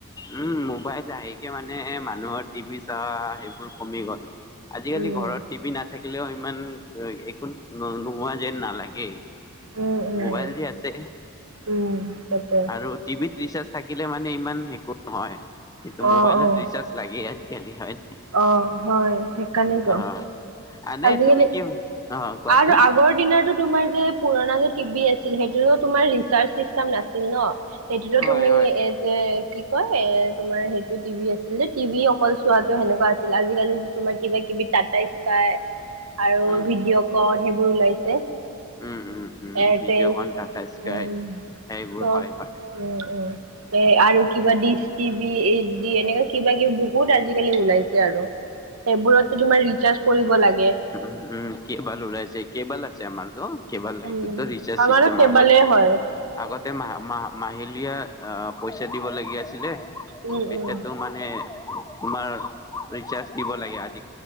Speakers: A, on the left (about 15°); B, on the right (about 75°).
A: উম, মোবাইল আহকে মানে মানুহৰ টিভি চোৱা সেইবোৰ কমি গ'ল। আজিকালি
B: উম
A: ঘৰত টিভি নাথাকিলেও ইমান একো ন-নোহোৱা যেন নালাগেই।
B: উম উম
A: মোবাইল যে আছে,
B: উম তাকে
A: আৰু টিভিত ৰিচাৰ্জ থাকিলে মানে ইমান একো নহয়, এইটো
B: অ', অ',
A: মোবাইলত ৰিচাৰ্জ লাগেই আজিকালি, হয়
B: অ' হয়, সেইকাৰণেই দ
A: অ' এনে
B: আজিকালি,
A: তুমি কি অ' কোৱাচোন
B: আৰু আগৰ দিনটো তোমাৰ যে পুৰণা যে টিভি আছিল সেইটোতো তোমাৰ ৰিচাৰ্জ চিষ্টেম নাছিল ন, সেইটোতো
A: হয়
B: তুমি
A: হয়
B: এ যে কি কয়, এ, তোমাৰ সেইটো টিভি আছিল যে, টিভি অকল চোৱাটো সেনেকুৱা আছিল, আজিকালি তোমাৰ কিবা-কিবি টাটা স্কাই আৰু
A: উম
B: ভিডিঅ' কন সেইবোৰ ওলাইছে।
A: উম-উম-উম
B: এয়াৰটেল
A: ভিডিঅ'কন, টাটা স্কাই,
B: উম
A: সেইবোৰ
B: চব
A: হয় হয়।
B: উম উম এ, আৰু কিবা ডিচ টিভি, এইচ ডি, এনেকা কিবা-কিবি বহুত আজিকালি ওলাইছে আৰু। সেইবোৰতো তুমাৰ ৰিচাৰ্জ কৰিব লাগে।
A: উম-উম, কেবল উলাইছে, কেবল আছে আমাৰটো। কেবাল, সেইটোতো
B: উম
A: ৰিচাৰ্জ
B: আমাৰো
A: চিষ্টেম,
B: কেবলে
A: আগত
B: হয়
A: আগতে মা-মাহিলীয়ে পইচা দিব লাগি আছিলে,
B: উম
A: এতিয়াতো
B: উম
A: মানে নে, তোমাৰ ৰিচাৰ্জ দিব লাগে, আ